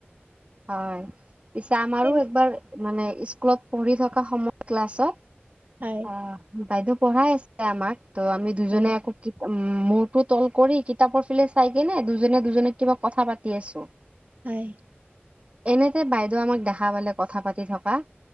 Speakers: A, on the right; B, on the right.
A: হয়, পিছে আমাৰো
B: তেন
A: একবাৰ মানে স্কুলত পঢ়ি থকা সময়ত ক্লাছত
B: হয়
A: অ'। বাইদেউ পঢ়াই আছে আমাক ত' আমি দুজনে
B: হয়
A: আকৌ উম, মূৰটো তল কৰি কিতাপৰ ফালে চাই কিনে দুজনে দুজনিক কিবা কথা পাতি আছো।
B: হয়।
A: এনেতে বাইদেউ আমাক দেখা পালে কথা পাতি থকা